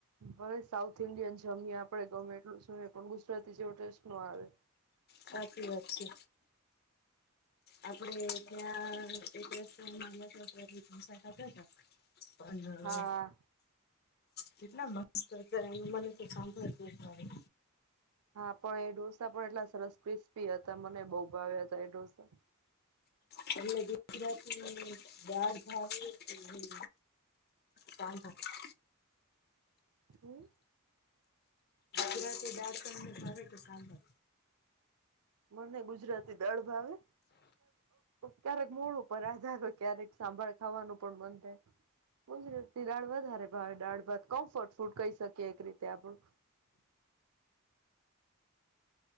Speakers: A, on the right; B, on the left.
A: ભલે સાઉથ ઇન્ડિયન જમીએ આપડે ગમે એટલું જોએ પણ ગુજરાતી જેવું ટેસ્ટ નો આવે.
B: સાચી વાત છે. આપડે ત્યાંં રસ્તો માં <unintelligible> ઢોસા ખાધા તા. પણ
A: હા
B: હ. કેટલા મસ્ત હતા એ મને તો સાંભળતુ જ નથી.
A: હા પણ એ ઢોસા પણ એટલા સરસ ક્રિસ્પી હતા મને બહુ ભાવ્યા હતા એ ઢોસા.
B: તમને ગુજરાતી દાળ ભાવે કે હું. ચાલ ભા.
A: હમ.
B: ગુજરાતી દાળ તમને ભાવે કે સાંભર.
A: મને ગુજરાતી દાળ ભાવે. ક્યારેક મૂડ ઉપર આધાર હોય ક્યારેક સાંભળ ખાવાનું પણ મન થાય. ગુજરાતી દાળ વધારે ભાવે દાળ ભાત કમ્ફર્ટ ફૂડ કહી શકીએ એક રીતે આપડું.